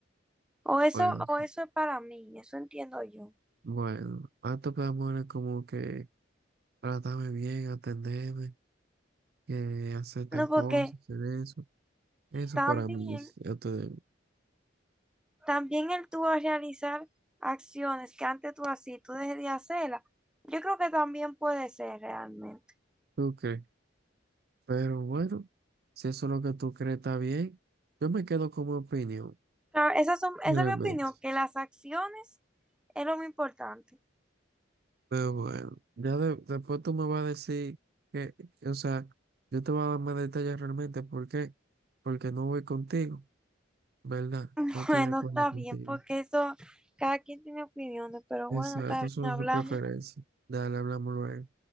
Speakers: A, in the centre; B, on the right.
A: O eso,
B: Bueno,
A: o eso es para mí, eso entiendo yo.
B: bueno, acto de amor es como que tratarme bien, atenderme, que hacer tal
A: No,
B: cosa,
A: porque
B: hacer eso. Eso
A: también,
B: para mí es acto de amor.
A: también el tú a realizar acciones que antes tú hacías, tú dejé de hacerlas. Yo creo que también puede ser realmente.
B: ¿Tú crees? Pero bueno, si eso es lo que tú crees está bien, yo me quedo con mi opinión,
A: Pero esa, son,
B: realmente.
A: esa es mi opinión, que las acciones es lo más importante.
B: Pero bueno, ya de- después tú me vas a decir que, o sea, yo te voy a dar más detalles realmente. ¿Por qué? Porque no voy contigo, ¿verdad?
A: <laughs>
B: No estoy
A: Bueno,
B: de acuerdo
A: está
B: contigo.
A: bien, porque eso, cada quien tiene opiniones, pero
B: Exacto,
A: bueno, está bien,
B: son
A: hablamos.
B: sus preferencias. Dale, hablamos luego.